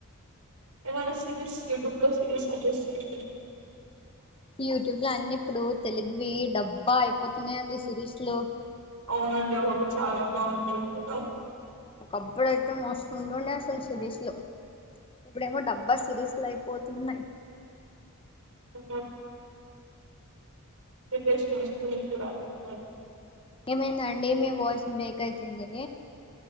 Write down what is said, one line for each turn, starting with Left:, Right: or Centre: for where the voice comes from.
Right: ఎమన్నా సీరిస్ యూట్యూబ్ లో సిరీస్ సజెస్ట్ చేయండి
Left: యూట్యూబ్ లో అన్నిీ ఇప్పుడు తెలుగువి డబ్బా అయిపోతున్నాయిడి సిరీస్ లో
Right: అవునండి ఒకప్పుడు చాలా బాగుంది కదా
Left: ఒకప్పుడు అయితే మోస్తుం ఉంటుండే అసలు సిరీస్ లో ఇప్పుడేమో డబ్బా సిరీస్లు అయిపోతున్నాయి
Right: ఇ సస్త మష బాల <unintelligible>
Left: ఏమైంద అండి మీ వాయిస్ బ్రేక్ అయితుంది